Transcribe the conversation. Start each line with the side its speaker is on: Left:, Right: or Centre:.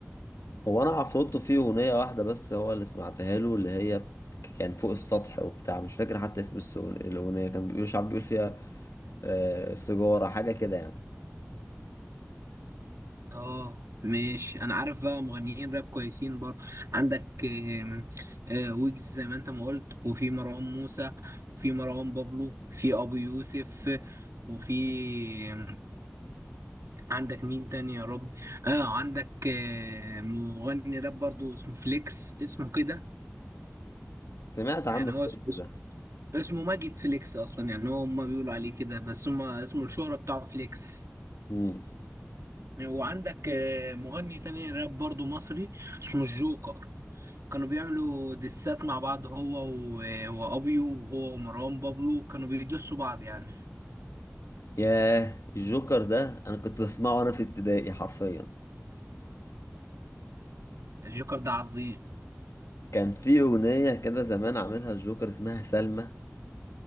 Left: هو انا عفروتو فيه اغنية واحدة بس هو اللي سمعتها له اللي هي كان فوق السطح وبتاع مش فاكر حتى اسم السغ- الاغنية كان بيقول شعب بيقول فيها آه، سيجارة حاجة كده يعني
Right: اه ماشي انا عارف بقى مغنيين راب كويسين برضه عندك آم، آه، ويجز زي ما انت ما قلت وفي مروان موسى في مروان بابلو في ابو يوسف وفي آم، عندك مين تاني يا رب اه عندك آه، مغني راب برضه اسمه فليكس اسمه كده
Left: سمعت عنه
Right: يعني
Left: الكليب
Right: هو اسمه اسمه
Left: ده
Right: اسمه ماجد فليكس اصلا يعني هو هما بيقولوا عليه كده بس هما اسمه الشهرة بتاعه فليكس
Left: مم.
Right: وعندك آه، مغني تاني راب برضه مصري اسمه الجوكر كانوا بيعملوا دسات مع بعض هو و... وابيو وهو ومروان بابلو كانوا بيدسوا بعض يعني
Left: ياه الجوكر ده انا كنت بسمعه وانا في ابتدائي حرفيا
Right: الجوكر ده عظيم
Left: كان في اغنية كده زمان عاملها الجوكر اسمها سلمى